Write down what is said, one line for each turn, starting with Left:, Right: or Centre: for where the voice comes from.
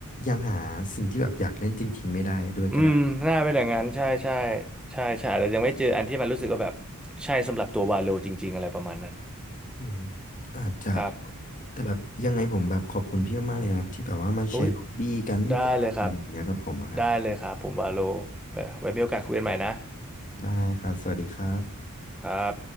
Left: ยังหาสิ่งที่แบบอยากเล่นจริงๆไม่ได้ด้วยก็ได้
Centre: อืมน่าเป็นอย่างนั้นใช่ใช่ใช่ใช่อาจจะยังไม่เจออันที่มันรู้สึกว่าแบบใช่สำหรับตัววาโลจริงๆอะไรประมาณนั้น
Left: อืมอาจจะครับแต่แบบยังไงผมแบบขอบคุณพี่มากๆเลยครับที่แบบว่ามาแชร์ฮอบบี้การเล่นเกมอะไรแบบเนี้ยกับผมอะครับ
Centre: ครับ อุ้ยได้เลยครับได้เลยครับผมวาโลไปไว้มีโอกาสคุยกันใหม่นะ
Left: ได้ครับสวัสดีครับ
Centre: ครับ